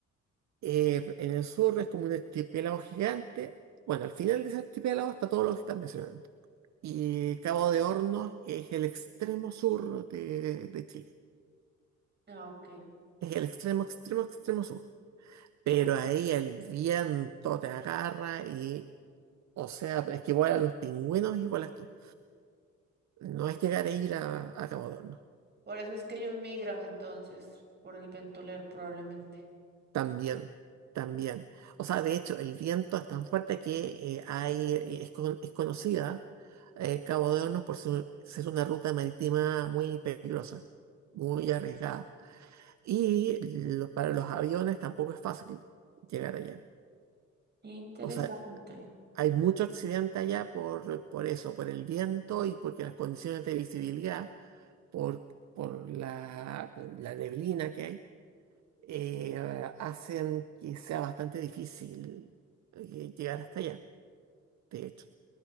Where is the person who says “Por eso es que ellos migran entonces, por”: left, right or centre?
Right